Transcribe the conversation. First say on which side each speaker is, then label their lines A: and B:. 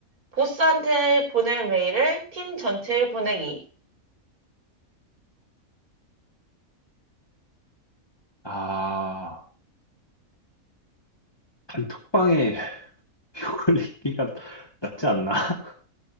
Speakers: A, on the right; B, on the left.
A: 보스한테 보낼 메일을 팀 전체에 보내기.
B: 아, 단톡방에 <laughs> 욕걸리기가 낫지 않나? <laughs>